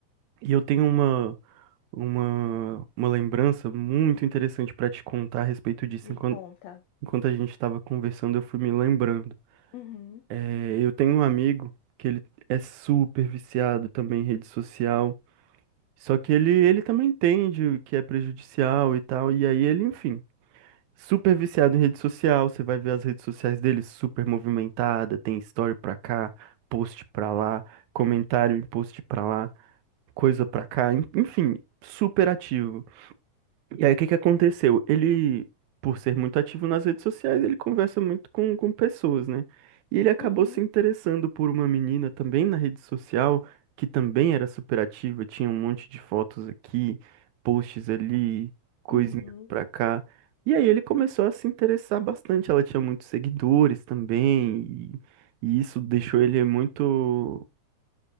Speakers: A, on the right; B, on the left.
A: e eu tenho uma, uma, uma lembrança muito interessante pra te contar a respeito disso.
B: me
A: Enquanto,
B: conta.
A: enquanto a gente estava conversando, eu fui me lembrando.
B: Uhum,
A: É, eu tenho um amigo que ele é super viciado também em rede social. Só que ele, ele também entende o que é prejudicial e tal, e aí ele, enfim, super viciado em rede social, você vai ver as redes sociais dele super movimentada, tem story pra cá, post pra lá, comentário em post pra lá, coisa pra cá, en- enfim, super ativo. E aí, o que que aconteceu? Ele, por ser muito ativo nas redes sociais, ele conversa muito com, com pessoas, né? E ele acabou
B: uhum,
A: se interessando por uma menina também na rede social, que também era super ativa, tinha um monte de fotos aqui, posts ali, coisinhas
B: uhum.
A: pra cá. E aí ele começou a se interessar bastante. Ela tinha muitos seguidores também, e, e isso deixou ele muito,